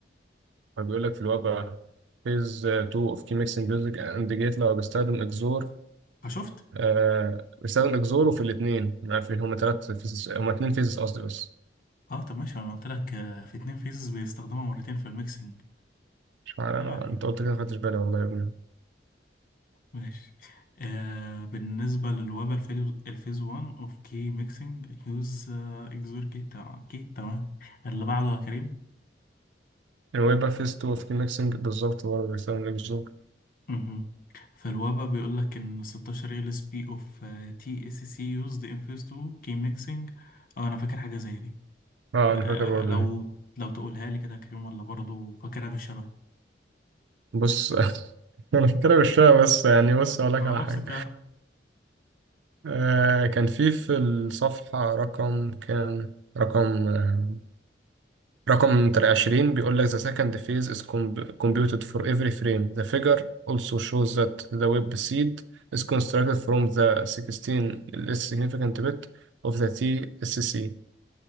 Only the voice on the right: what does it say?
هو بيقول لك في الواقع فيز 2 اوف كي ميكسنج ميوزك اند جيت لو بيستخدم اكزور
آه بيستخدم اكزور وفي الاثنين ما في هما ثلاث فيزز هما اثنين فيزز قصدي بس
مش عارف انا
انت قلت كده ما خدتش بالي والله يا ابني
هو يبقى فيز 2 اوف كي ميكسنج بالظبط برضه بيستخدم اكزور
اه
انا فاكر برضه
بس <laughs> أنا في كلام الشيء بس يعني بس ولاك
على
حاجة
آه كان في في الصفحة رقم كان رقم آه رقم تلاتة عشرين بيقول لك the second phase is com- computed for every frame the figure also shows that the web seed is constructed from the sixteen less significant bit of the TSC